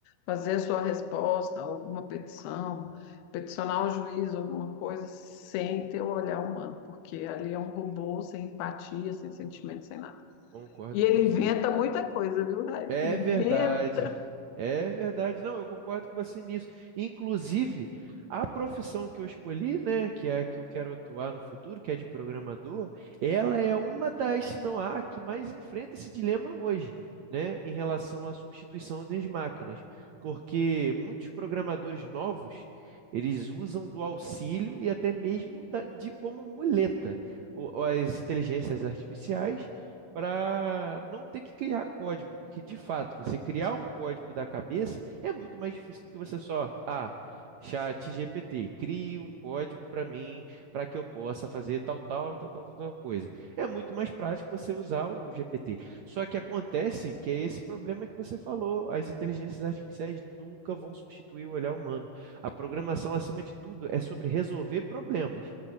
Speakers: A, on the left; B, on the right.
A: fazer a sua resposta, alguma petição, peticionar o juiz, alguma coisa, sem ter o olhar humano, porque ali é um robô sem empatia, sem sentimento, sem nada.
B: Concordo
A: E ele
B: com você.
A: inventa muita coisa, viu? Rai?
B: É
A: Inventa.
B: verdade. É verdade. Não, eu concordo com você nisso. Inclusive, a profissão que eu escolhi, né, que é a que eu quero atuar no futuro, que é de programador, ela é uma das, se não a que mais enfrenta esse dilema hoje, né, em relação à substituição das máquinas. Porque muitos programadores novos, eles usam do auxílio e até mesmo da- de como muleta o- as inteligências artificiais para não ter que criar código, porque de fato, você criar um código da cabeça é muito mais difícil do que você só, ah, chat GPT, crie um código para mim, para que eu possa fazer tal, tal, tal, tal, tal, tal coisa. É muito mais prático você usar o GPT. Só que acontece que é esse problema que você falou, as inteligências artificiais nunca vão substituir o olhar humano. A programação, acima de tudo, é sobre resolver problemas.